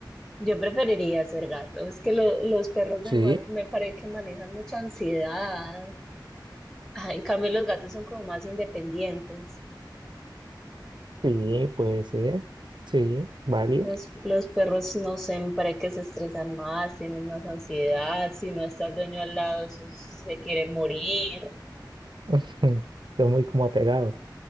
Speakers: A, in the centre; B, on the right (about 80°).
A: Yo preferiría ser gato. Es que lo- los perros me,
B: Sí,
A: ma- me parece que manejan mucha ansiedad. Ah, en cambio, los gatos son como más independientes.
B: sí, puede ser. Sí, válido.
A: Los, los perros, no sé, me parece que se estresan más, tienen más ansiedad. Si no está el dueño al lado, eso- eso se quiere morir.
B: <laughs> Son muy como apegados.